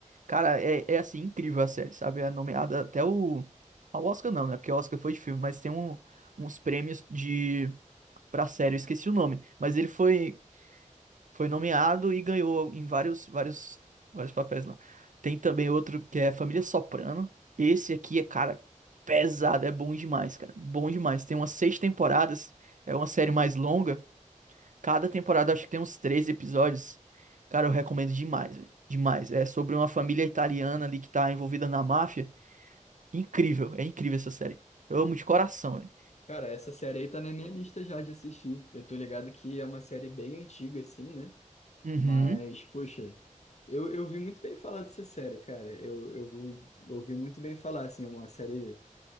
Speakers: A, on the right (about 70°); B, on the left (about 55°).
A: Cara, é, é assim, incrível a série, sabe? É nomeada até o. Ao Oscar não, né? Porque o Oscar foi de filme, mas tem um, uns prêmios de pra série, eu esqueci o nome. Mas ele foi. Foi nomeado e ganhou em vários, vários, vários papéis lá. Tem também outro que é Família Soprano. Esse aqui é, cara, pesado, é bom demais, cara. Bom demais. Tem umas seis temporadas, é uma série mais longa. Cada temporada acho que tem uns três episódios. Cara, eu recomendo demais, velho. Demais. É sobre uma família italiana ali que tá envolvida na máfia. Incrível, é incrível essa série. Eu amo de coração, velho.
B: Cara, essa série aí tá na minha lista já de assistir. Eu tô ligado que é uma série bem antiga, assim, né?
A: Uhum.
B: Mas, poxa, eu, eu vi muito bem falar dessa série, cara. Eu, eu ouvi ouvi muito bem falar, assim, é uma série,